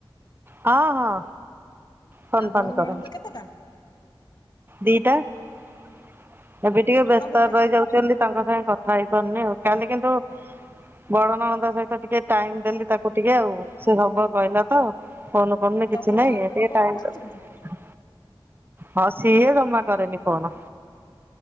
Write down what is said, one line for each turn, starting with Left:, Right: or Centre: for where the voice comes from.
Right: ହଁ ହଁ ଫୋନ
Left: ଆପଣଙ୍କ
Right: ଫାନ କର।
Left: ନଣନ୍ଦ ତ କେତେଟା?
Right: ଦିଟା। ଏବେ ଟିକେ
Left: ଆପଣ
Right: ବ୍ୟସ୍ତ
Left: ଗୋଟାଏ।
Right: ରେ ରହି ଯାଉ ସେମତି ତାଙ୍କ ସାଙ୍ଗେ କଥା ହେଇପାରୁନି ଆଉ। କାଲି କିନ୍ତୁ ବଡ ନଣନ୍ଦ ସହିତ ଟିକେ ଟାଇମ୍ ଦେଲି, ତାକୁ ଟିକେ ଆଉ ସେ ସବୁ କହିଲା ତ। ଫୋନ୍ କରୁନି କିଛି
Left: ତମ
Right: ନାହିଁ
Left: ଭାଉଜ
Right: ଏମିତି ଏ
Left: ଫୋନ
Right: ଟାଇମ୍
Left: ମାରୁଛନ୍ତି?
Right: ତ ହଁ ସିଏ ଜମା କରରେନି ଫୋନ୍।